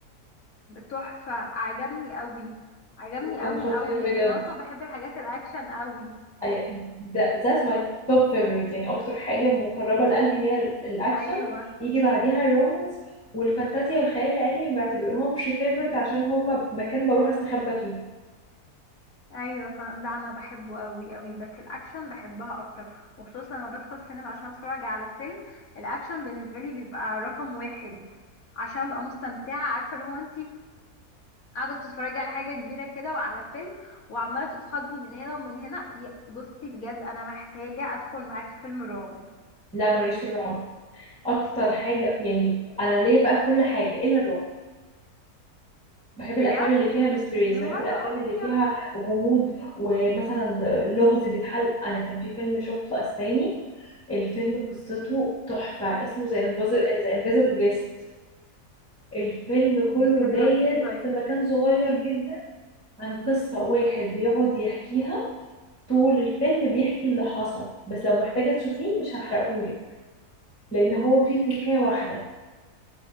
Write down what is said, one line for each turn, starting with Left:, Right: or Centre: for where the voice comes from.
Left: تحفة عجبني قوي عجبني
Centre: كان
Left: قوي
Centre: خطير
Left: قوي يعني
Centre: بجد
Left: انا اصلا بحب الحاجات الاكشن قوي
Centre: I- ده that's my top favorite يعني أكتر حاجة مقربة لقلبي هي ال- الأكشن
Left: ايوه
Centre: يجي بعديها الرومانس والفانتازيا والخيال العلمي ما بعتبرهمش favorite عشان هما مكان بروح استخبى فيه
Left: ايوه فاهم لا انا بحبه قوي قوي بس الاكشن بحبها اكتر وخصوصا لما بدخل السينما عشان اتفرج على فيلم الاكشن بالنسبه لي بيبقى رقم واحد عشان ابقى مستمتعه عارفه اللي هو انت قاعدة بتتفرجي على حاجة كبيرة كده وعلى فيلم وعمالة تتخضي من هنا ومن هنا ي- بصي بجد أنا محتاجة أدخل معاكي فيلم رعب
Centre: لا أنا ماليش في الرعب اكتر حاجه يعني انا ليا بقى في كل حاجه الا الرعب بحب
Left: بجد
Centre: الافلام اللي فيها ميستريز
Left: يا
Centre: بحب
Left: نهار
Centre: الافلام
Left: أبيض
Centre: اللي فيها غموض ومثلا لغز بيتحل انا كان في فيلم شفته اسباني الفيلم قصته
Left: مم.
Centre: تحفه اسمه ذا انفيزبل جيست الفيلم
Left: بيتكلم
Centre: كله داير
Left: عن ايه طيب
Centre: في مكان صغير جدا عن قصة واحد بيقعد يحكيها طول الفيلم بيحكي اللي حصل بس لو محتاجة تشوفيه مش هحرقهولك لأن هو فيه تركاية
Left: لا
Centre: واحدة